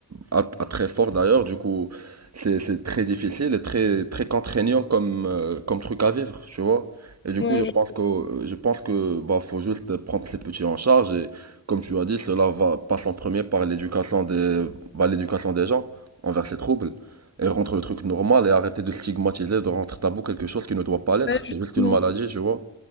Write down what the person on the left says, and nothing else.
Ouais,
je- ouais, justement.